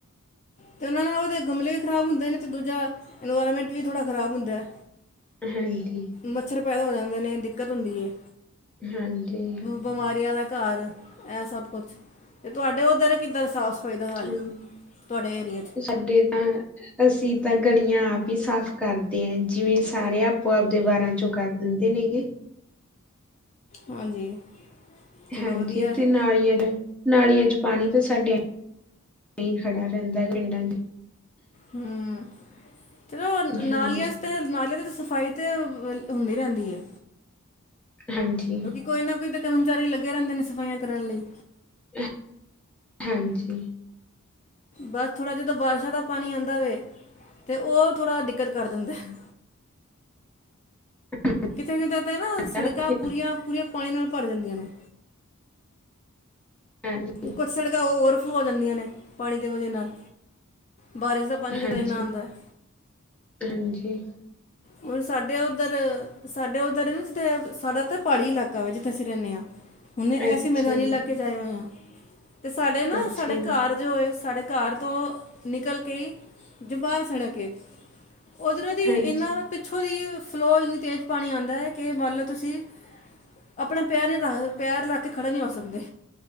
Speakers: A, on the left; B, in the centre.
A: ਤੇ ਉਹਨਾਂ ਨਾਲ ਉਹਦੇ ਗਮਲੇ ਵੀ ਖਰਾਬ ਹੁੰਦੇ ਨੇਂ ਤੇ ਦੂਜਾ ਇਨਵਾਇਰਮੈਂਟ ਵੀ ਥੋੜ੍ਹਾ ਖ਼ਰਾਬ ਹੁੰਦਾ ਐ।
B: ਹਾਂਜੀ।
A: ਮੱਛਰ ਪੈਦਾ ਹੋ ਜਾਂਦੇ ਨੇਂ ਦਿੱਕਤ ਹੁੰਦੀ ਐ।
B: ਹਾਂਜੀ।
A: ਬਿਮਾਰੀਆਂ ਦਾ ਘਰ, ਇਹ ਸਭ ਕੁਛ ਤੇ ਤੁਹਾਡੇ ਉੱਧਰ ਕਿੱਦਾਂ ਸਾਫ਼ ਸਫਾਈ ਦਾ ਹੱਲ
B: ਹਾਂ
A: ਤੁਹਾਡੇ ਏਰਿਏ ਚ
B: ਸਾਡੇ ਤਾਂ ਅਸੀਂ ਤਾਂ ਗਲੀਆਂ ਆਪ ਈ ਸਾਫ਼ ਕਰਦੇ ਆਂ, ਜਿਵੇਂ ਸਾਰੇ ਆਪੋ ਆਪਦੇ ਵਾਰਾਂ ਚੋਂ ਕਰਦੇ ਦਿੰਦੇ ਨੀਂ ਗੇ
A: ਹਾਂਜੀ। ਚਲੋ
B: ਹਾਂਜੀ
A: ਵਧੀਆ ਹੈ।
B: ਤੇ ਨਾਲ <unintelligible> ਨਾਲੀਆਂ ਚ ਪਾਣੀ ਤਾਂ ਸਾਡੇ ਨਈਂ ਖੜਾ ਰਹਿੰਦਾ ਪਿੰਡਾਂ ਚ
A: ਹਂ, ਚਲੋ ਨਾਲੀਆਂ
B: ਹਾਂਜੀ
A: ਚ ਤੇ ਨਾਲੀਆਂ ਦੀ ਤਾਂ ਸਫਾਈ ਤੇ ਅ ਹੁੰਦੀ ਰਹਿੰਦੀ ਐ।
B: ਹਾਂਜੀ।
A: ਕੋਈ ਨਾਂ ਕੋਈ ਤਾਂ ਕਰਮਚਾਰੀ ਲੱਗੇ ਰਹਿੰਦੇ ਨੇਂ ਸਫਾਈਆਂ ਕਰਨ ਲਈ।
B: <unintelligible> ਹਾਂਜੀ।
A: ਬਸ ਥੋੜ੍ਹਾ ਜਦੋਂ ਬਾਰਸ਼ਾਂ ਦਾ ਪਾਣੀ ਆਂਦਾ ਵੇ ਤਾਂ ਉਹ ਥੋੜ੍ਹਾ ਦਿੱਕਤ ਕਰ ਦਿੰਦਾ ਐ।
B: <unintelligible>
A: ਕਿਤੇ-ਕਿਤੇ, ਤਾਂ ਨਾਂ
B: ਹਾਂਜੀ
A: ਸੜਕਾਂ ਪੂਰੀਆਂ-ਪੂਰੀਆਂ, ਪਾਣੀ ਨਾਲ ਭਰ ਜਾਂਦੀਆਂ ਨੇਂ।
B: ਹਾਂਜੀ।
A: ਕੁਝ ਸੜਕਾਂ ਉਹ ਔਰ ਫਲੋ ਹੋ ਜਾਂਦੀਆਂ ਨੇਂ, ਪਾਣੀ ਦੇ ਵਜੇ ਨਾਲ, ਬਾਰਿਸ਼ ਦਾ ਪਾਣੀ ਜਦੋਂ
B: ਹਾਂਜੀ,
A: ਇੰਨਾ ਆਉਂਦਾ ਹੈ
B: ਹਾਂਜੀ।
A: ਹੁਣ ਸਾਡੇ ਉੱਧਰ ਸਾਡੇ ਉੱਧਰ ਨਾਂ ਜਿੱਥੇ ਸਾਡਾ ਤਾਂ ਪਹਾੜੀ ਇਲਾਕਾ ਵੇ ਜਿੱਥੇ ਅਸੀਂ ਰਹਿਣੇ ਆਂ। ਹੁਣ
B: ਅੱਛਾ
A: ਅਸੀਂ ਮੈਦਾਨੀ
B: ਜੀ
A: ਇਲਾਕੇ ਚ ਆਏ ਹੋਏ ਆ ਤੇ ਸਾਡੇ ਨਾਂ
B: ਅੱਛਾ
A: ਸਾਡੇ
B: ਜੀ
A: ਘਰ ਜੋ ਹੋਏ ਸਾਡੇ ਘਰ ਤੋਂ ਨਿਕਲ ਕੇ ਜੋ ਬਾਹਰ ਸੜਕੇ ਉੱਧਰੋਂ ਦੀ
B: ਹਾਂਜੀ
A: ਇੰਨਾਂ ਪਿੱਛੋਂ ਦੀ ਫਲੋ ਇੰਨੀ ਤੇਜ਼ ਪਾਣੀ ਆਂਦਾ ਐ ਕਿ ਮੰਨ ਲਓ ਤੁਸੀਂ ਆਪਣਾ ਪੈਰ ਨ੍ਹੀਂ ਰੱਖ, ਪੈਰ ਰੱਖ ਕੇ ਖੜ੍ਹਾ ਨਈਂ ਹੋ ਸਕਦੇ।